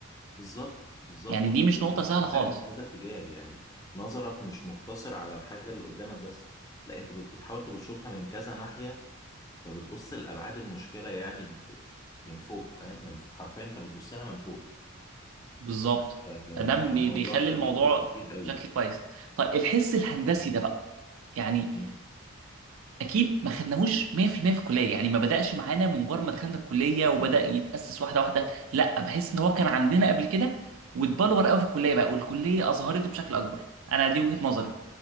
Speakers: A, on the left; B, on the right.
A: بالظبط بالظبط
B: يعني
A: وبتبص
B: دي مش نقطه سهله
A: للحاجه
B: خالص
A: من كذا اتجاه يعني نظرك مش مقتصر على الحاجه اللي قدامك بس لا انت بت- بتحاول تشوفها من كذا ناحيه فبتبص لابعاد المشكله يعني ب- من فوق فاهم من فوق حرفيا انت بتبص لها من فوق
B: بالظبط
A: فالموضوع
B: فده بي- بيخلي
A: ده
B: الموضوع
A: بيفرق كتير قوي
B: بشكل كويس طيب الحس الهندسي ده بقى يعني
A: مم.
B: اكيد ما خدناهوش 100% في المية في الكليه يعني ما بداش معانا من مجرد ما دخلنا الكليه وبدا يتاسس واحده واحده لا بحس ان هو كان عندنا قبل كده واتبلور قوي في الكليه بقى والكليه اظهرته بشكل اكبر انا دي وجهه نظري